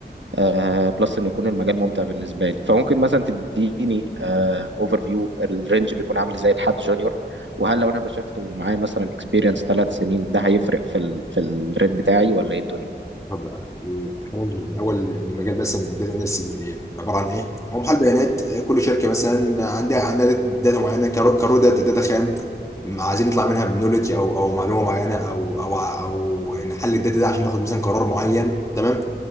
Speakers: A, on the right; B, on the left.
A: آه بلس ان يكون المجال ممتع بالنسبه لي فممكن مثلا تديني اوفر فيو الرينج بيكون عامل ازاي لحد جونيور وهل لو انا بشفته ومعاه مثلا اكسبيرينس ثلاث سنين ده هيفرق في ال في الريت بتاعي ولا ايه الدنيا
B: طب الأول الأول المجال بس الداتا اناليسيس آه، عبارة عن إيه؟ هو محل بيانات آه، كل شركة مثلا عندها عندها داتا معينة كرو كرو داتا داتا خام م- عايزين نطلع منها بنولج أو أو معلومة معينة أو أو ع- أو نحلل الداتا ده عشان ناخد مثلا قرار معين تمام؟